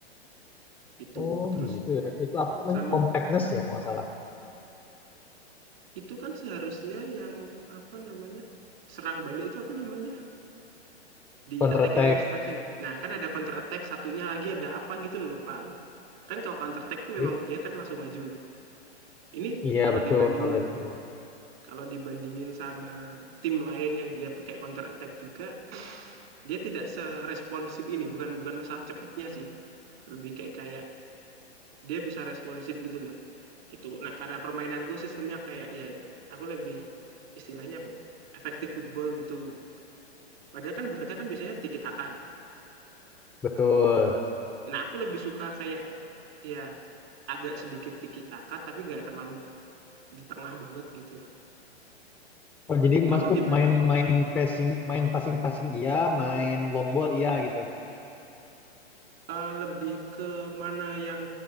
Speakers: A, on the right; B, in the centre.
A: itu.
B: Oh
A: Terus
B: gitu ya. Itu apa namanya?
A: sama
B: Compactness ya kalau nggak salah.
A: itu kan seharusnya yang apa namanya, serang balik itu apa namanya, di
B: Counter
A: attacking
B: attack.
A: instruction. Nah, kan ada counter attack, satunya lagi ada apa gitu loh, lupa Kan kalau counter attack memang
B: Jadi-
A: dia kan langsung maju. Ini
B: Iya
A: kalau
B: betul
A: dibandingin
B: kalau itu.
A: kalau dibandingin sama tim lain yang dia pakai counter attack juga, kan dia tidak seresponsif ini, bukan bukan masalah cepetnya sih. Lebih kayak kayak dia bisa responsif gitu loh. Itu. Nah, karena permainanku sistemnya kayak ya aku lebih istilahnya apa ya? Efektif football gitu. Padahal kan Barca kan biasanya tiki taka kan.
B: Betul.
A: Nah, aku lebih suka kayak ya agak sedikit tiki taka tapi nggak terlalu di tengah banget gitu loh.
B: Oh, jadi
A: Kalau
B: Mas tuh
A: gimana?
B: main main passing, main passing passing iya, main long ball iya gitu.
A: Eee, lebih ke mana yang